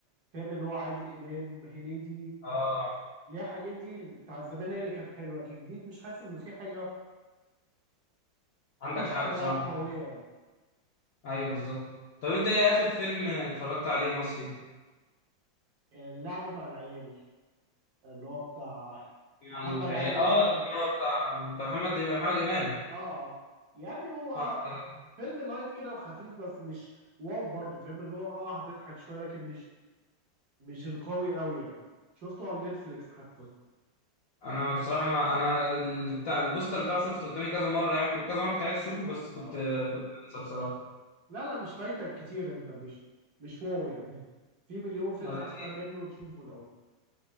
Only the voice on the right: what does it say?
فاهم اللي هو عادل إمام هنيدي
اللي هي الحاجات دي بتاع زمان هي اللي كان حلوة كان جديد مش حاسس إن في حاجة
<laughs>
طلعت
قوية يعني
آه، اللعب مع العيال اللي هو بتاع محمد
عادل
إمام
آه يعني هو
فيلم لايت كده وخفيف بس مش واو برضه فاهم اللي هو آه هتضحك شوية لكن مش مش القوي قوي يعني شفته على نتفليكس حتى
آه
لا لا مش فايتك كتير انت مش مش واو يعني <laughs> في مليون فيلم
احسن منه تشوفه لو